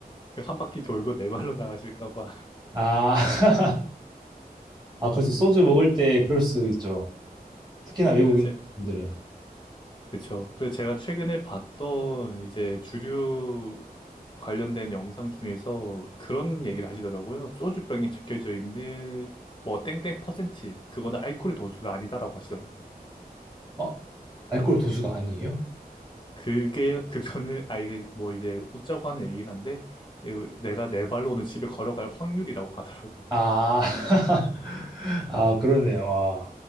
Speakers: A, on the left; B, on the right.
A: 그 한 바퀴 돌고 네 발로 나가실까 봐.
B: 아, <laughs> 아 그래서 소주 먹을 때 그럴 수 있죠. 특히나 외국인들은
A: 그래서 제, 그쵸. 그래서 제가 최근에 봤던 이제 주류 관련된 영상 중에서 그런 얘기를 하시더라고요. 소주병에 적혀져 있는 뭐 땡땡 퍼센트 그거는 알코올의 도수가 아니다라고 하시더라고요.
B: 어? 알코올 도수가 아니에요?
A: 그게 그거는 아 이게 뭐 이제 웃자고 하는 얘기긴 한데 그 내가 네 발로 오늘 집에 걸어갈 확률이라고 하더라고요. <laughs>
B: 아, <laughs> 아 그러네요. 와,